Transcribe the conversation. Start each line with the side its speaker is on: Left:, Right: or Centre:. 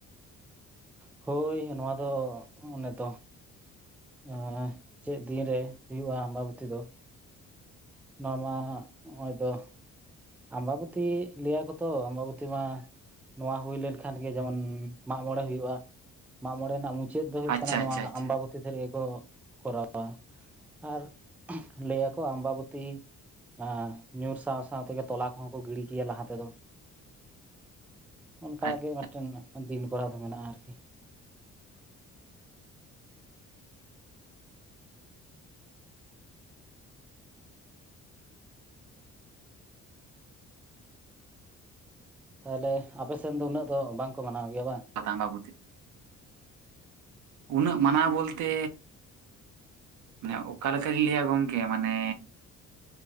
Centre: ᱦᱳᱭ ᱱᱚᱣᱟ ᱫᱚ ᱚᱱᱮᱛᱚ᱾ ᱟ, ᱪᱮᱫ ᱫᱤᱱᱨᱮ ᱦᱩᱭᱩᱜ-ᱟ ᱟᱢᱵᱟᱵᱛᱤ ᱫᱚ? ᱢᱟ, ᱱᱚᱣᱟ ᱱᱚᱜ-ᱚᱭ ᱛᱚ᱾ ᱟᱢᱵᱟᱵᱚᱛᱤ ᱞᱟᱹᱭᱟᱠᱚ ᱛᱚ ᱟᱢᱵᱟᱵᱚᱛᱤ ᱢᱟ ᱱᱚᱣᱟ ᱦᱩᱭ ᱞᱮᱱᱠᱷᱟᱱ ᱡᱮᱢᱚᱱ ᱢᱟᱜ ᱢᱚᱬᱮ ᱦᱩᱭᱩᱜ-ᱟ ᱢᱟᱜ ᱢᱚᱬᱮ ᱨᱮᱱᱟᱜ ᱢᱩᱪ ᱪᱟᱹᱛ ᱫᱚ ᱦᱩᱭᱩᱜ
Right: ᱟᱪᱪᱷᱟ
Centre: ᱠᱟᱱᱟ ᱱᱚᱣᱟ
Right: ᱟᱪᱪᱷᱟ ᱟᱪᱪᱷᱟ
Centre: ᱟᱢᱵᱟᱵᱚᱛ ᱫᱷᱟᱹᱨᱭᱟᱹ ᱠᱚ ᱠᱚᱨᱟᱣᱟ᱾ ᱟᱨ ᱞᱟᱹᱭᱟᱠᱚ ᱟᱢᱵᱟᱵᱚᱛᱤ ᱮᱸ ᱧᱩᱨ ᱥᱟᱶ ᱥᱟᱶ ᱛᱮᱜᱮ ᱛᱚᱞᱟ ᱠᱚᱦᱚᱸ ᱠᱚ ᱜᱤᱲᱤ ᱠᱮᱭᱟ ᱞᱟᱦᱟ ᱛᱮᱫᱚ ᱚᱱᱠᱟ
Right: ᱟᱪᱪᱷᱟ
Centre: ᱜᱮ ᱢᱤᱫᱴᱮᱱ ᱫᱚ᱾ ᱫᱤᱱ ᱠᱚᱲᱟ ᱫᱚ ᱢᱮᱱᱟᱜ-ᱟ ᱟᱨᱠᱤ᱾ ᱛᱟᱦᱞᱮ ᱟᱯᱮ ᱥᱮᱱ ᱫᱚ ᱩᱱᱟᱹᱜ ᱫᱚ ᱵᱟᱝᱠᱚ ᱢᱟᱱᱟᱣ ᱜᱮᱭᱟ ᱵᱟᱝ?
Right: ᱟᱸᱵᱟᱵᱚᱛᱤ ᱩᱱᱟᱹᱜ ᱢᱟᱱᱟᱣ ᱵᱚᱞᱛᱮ ᱢᱟᱱᱮ ᱚᱠᱟ ᱞᱮᱠᱟᱧ ᱞᱟᱹᱭᱟ ᱜᱚᱝᱠᱮ ᱢᱟᱱᱮ